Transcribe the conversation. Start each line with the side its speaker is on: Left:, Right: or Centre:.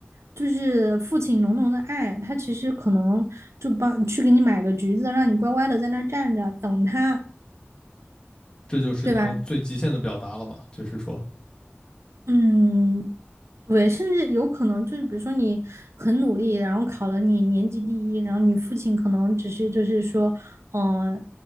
Right: 就是父亲浓浓的爱，他其实可能就帮去给你买个橘子，让你乖乖的在那儿站着等他，
Left: 这就是他最极限的表达了嘛，
Right: 对吧？
Left: 就是说，
Right: 嗯，对，甚至有可能就是，比如说你很努力，然后考了你年级第一，然后你父亲可能只是就是说，呃